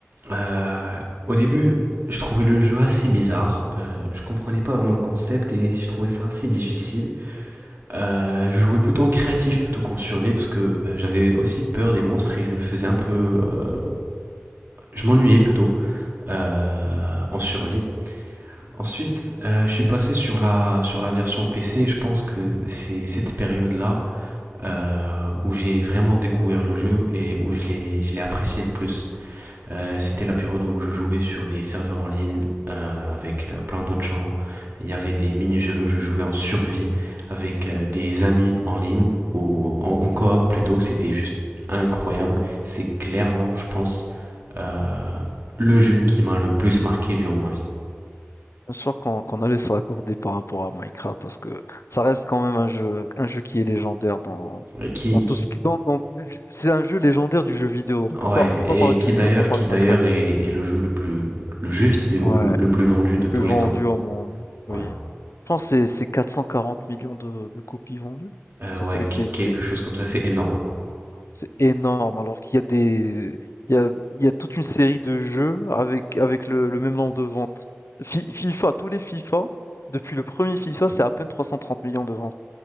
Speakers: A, on the right; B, on the left.
A: Euh, au début, je trouvais le jeu assez bizarre. Euh, je comprenais pas vraiment le concept et je trouvais ça assez difficile. Euh, je jouais plutôt en créatif plutôt qu'en survie parce que euh, j'avais aussi peur des monstres et je me faisais un peu euh, je m'ennuyais plutôt euh, en survie. Ensuite, euh, je suis passé sur la, sur la version PC et je pense que c'est cette période-là euh, où j'ai vraiment découvert le jeu et où je l'ai je l'ai apprécié le plus. Euh, c'était la période où je jouais sur des serveurs en ligne euh, avec euh, plein d'autres gens. Il y avait des mini-jeux, je jouais en survie avec euh, des amis en ligne ou en, en coop plutôt. C'était juste incroyable. C'est clairement, je pense, euh, le jeu qui m'a le plus marqué durant ma vie.
B: Bien sûr qu'on qu'on allait se raccorder par rapport à Minecraft parce que ça reste quand même un jeu, un jeu qui est légendaire dans,
A: Ouais, Qui,
B: dans tout
A: qui-
B: ce qui, dans, dans- c'est un jeu légendaire du jeu vidéo. On peut
A: ouais,
B: pas, on peut
A: et
B: pas parler
A: qui
B: de jeu vidéo
A: d'ailleurs,
B: sans parler
A: qui
B: de
A: d'ailleurs
B: Minecraft.
A: est, est le jeu le plus, le jeu vidéo
B: Ouais,
A: le, le plus vendu
B: le
A: de
B: plus
A: tous
B: vendu
A: les temps.
B: au monde. Oui.
A: Ouais,
B: Je pense que c'est c'est 440 millions de, de copies vendues.
A: Euh,
B: C'est
A: ouais,
B: c'est c'est c'est
A: quelque chose comme ça, c'est énorme.
B: c'est énorme alors qu'il y a des il y a il y a toute une série de jeux avec avec le, le même nombre de ventes. Fi- FIFA, tous les FIFA depuis le premier FIFA, c'est à peine 330 millions de ventes.